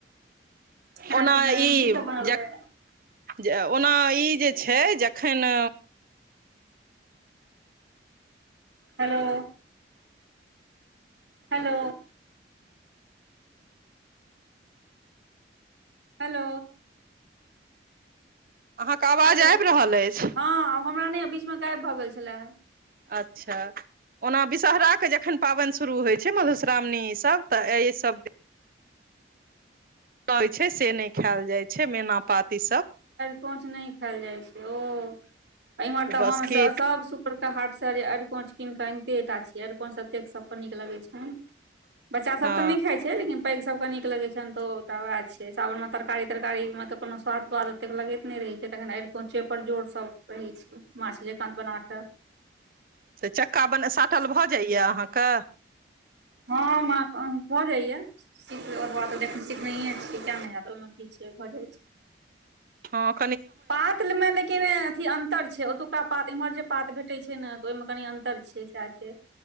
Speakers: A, on the right; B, on the right.
A: खाना
B: ओना
A: पीना
B: ई
A: की सब बनल
B: जे
A: रहै
B: जे ओना ई जे छै जखन
A: हेलो हेलो हेलो
B: अहाँके आवाज
A: हेलो
B: आबि रहल अछि
A: हँ हमरा नहि बीचमे गायब भऽ गेल छले
B: अच्छा ओना विषहरा जखन पावनि शुरू होइ छै मधुश्रावणी ईसब तऽ एहि सब कहै छै से नहि खायल जाय छै मैना पाती सब
A: कोंच नहि खायल जाय छै ओ इम्हर तऽ
B: बस
A: हम
B: की
A: सब सुकर के हाट सँ जे अरिकोंच कीन केऽ अनते टा छियै अरिकोंच एतेक सबके नीक लगे छैन बच्चासभ
B: हँ
A: तऽ नहि खाइ छै लेकिन पैघ सभके नीक लगैत छनि तऽ ओटा उएह छै सावनमे तरकारी तरकारी तऽ कोनो स्वाद त्वाद ओतेक लगैत नहि रहै छै तखन अरिकोंचे पर जोर सभ रहै छै माछ जेकाँ बना कऽ
B: से चक्का बने साटल भऽ जाइये अहाँके
A: हँ माक भऽ जाइये सीख सिखनहिये छियै किया नहि हेत ओहिमे की छै भऽ जाइ छै
B: ठप
A: पातमे लेकिन अथी अन्तर छै ओतुका पात एम्हर जे पात भेटैत छै ने तऽ ओहिमे कनि अन्तर छै सएह छै